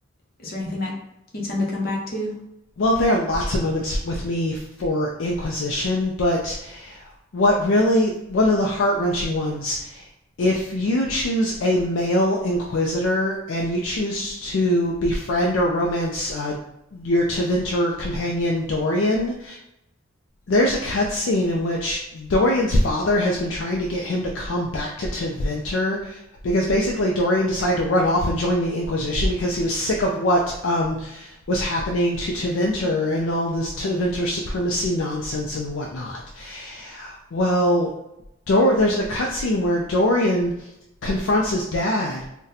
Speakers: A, on the left; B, on the left.
A: Is there anything that you tend to come back to?
B: Well, there are lots of moments with me for inquisition, but what really, one of the heart wrenching ones, if you choose a male inquisitor and you choose to befriend or romance uh, your Teventer companion Dorian, there's a cutscene in which Dorian's father has been trying to get him to come back to Teventer because basically Dorian decided to run off and join the Inquisition because he was sick of what um, was happening to Teventer and all this Teventer supremacy nonsense and whatnot. Well, Dor- there's a cutscene where Dorian confronts his dad